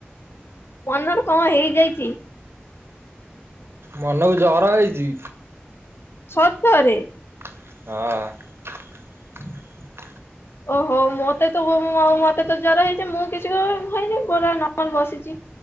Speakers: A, on the left; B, on the right.
A: ପନର କଣ ହେଇଯାଇଛି।
B: ମନକୁ ଜର ହେଇଛି।
A: ସତ୍ତରେ
B: ହଁ।
A: ଓହୋ ମତେ ତ ଆଉ ମତେ ତ ଜର ହେଇଛି ମୁଁ କିଛି ଭଇନି ପୁରା ନର୍ମଲ ବସିଛି